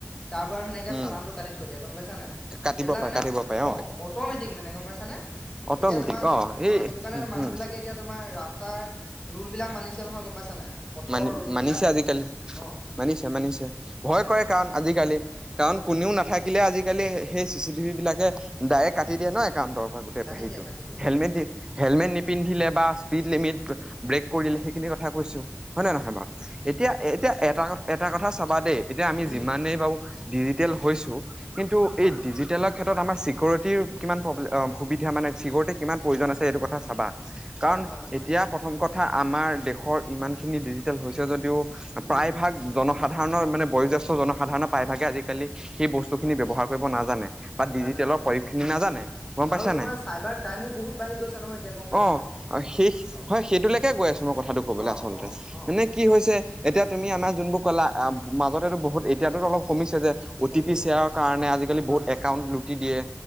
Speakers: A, on the left; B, on the right.
A: তাৰপৰা ধুনীয়াকে
B: উম
A: চালানটো কাটি থৈ দিয়ে গম পাইছা নাই?
B: কাটিব
A: এইবিলাক
B: পাৰে
A: মানে
B: কাটিব পাৰে
A: অ অটমেটিক মানে গম পাইছ নে,
B: অটমেটিক
A: এতিয়া তোমাৰ সেইটো
B: এই
A: অ সেইটো কাৰণে মানুহ
B: উ
A: বিলাকে এতিয়া তোমাৰ ৰাস্তাৰ ৰোল বিলাক মানিছে নহয় গম পাইছা নাই? পথৰ
B: মানি
A: ৰুল
B: মানিছে
A: বিলাক
B: আজিকালি
A: অ
B: মানিছে মানিছে, ভয়
A: তাকে
B: কৰে কাৰণ আজিকালি। কাৰণ
A: অ
B: কোনেও নাথাকিলে আজিকালি সেই চি চিটিভি বিলাকে ডাইৰেক্ট কাটি
A: উম
B: দিয়ে ন একাউণ্টক। গোটেই
A: কাটি
B: হেৰিটো
A: দিয়ে কাটি দিয়ে
B: হেলমেট
A: হয়
B: দি হেলমেট নিপিন্ধিলে বা স্পীড লিমিট ব্ৰেক কৰিলে
A: হয়
B: সেইখিনি কথা কৈছো। হয় না নহয় বাৰু, এতিয়া এতিয়া এটা এটা কথা চাবা দেই। এতিয়া আমি
A: উম
B: যিমানেই বাৰু ডিজিটেল হৈছোঁ, কিন্তু
A: হয়
B: এই
A: হয়
B: ডিজিটেলৰ ক্ষেত্ৰত আমাৰ চিকিউ ৰিটী কিমান প্ৰেব্লেম সুবিধা মানে ছিকিউৰিটী কিমান প্ৰয়োজন আছে সেইটো কথা চাবা।
A: হয়
B: কাৰণ
A: হয় হয়
B: এতিয়া প্ৰথম কথা আমাৰ দেশৰ ইমান খিনি ডিজিটেল হৈছে যদিও, প্ৰায়
A: উম
B: ভাগ জনসাধাৰণৰ মানে বয়োজ্যেষ্ঠ জনসাধাৰণৰ প্ৰায়ভাগে আজি কালি সেই বস্তু
A: হয়
B: খিনি ব্যৱহাৰ কৰিব নাজানে বা
A: নাজানে
B: ডিজিটেলৰ
A: নাজানে
B: প্ৰয়োগ খিনি নাজানে।
A: উম,
B: গম পাইছা
A: আৰু তোমাৰ
B: নাই?
A: চাইবাৰ ক্ৰাইমো বহুত বাঢ়ি গৈছে নহয় এতিয়া গম পাইছা
B: অ
A: নাই
B: সেই
A: অ
B: হয় সেইটোলৈকে কৈ আছো মই কথাটো। ক'বলৈ
A: অ
B: আচলতে।
A: অ অ
B: মানে কি হৈছে এতিয়া তুমি
A: উম
B: আমাৰ যোনবোৰ কলা মাজতে বহুত এতিয়াতো অলপ কমিছে যে অ'টি
A: কমিছে
B: পি শ্বেয়াৰ
A: কমিছে
B: কাৰণে আজিকালি
A: হয়
B: বহুত
A: হয়
B: একাউণ্ট লুটি দিয়ে।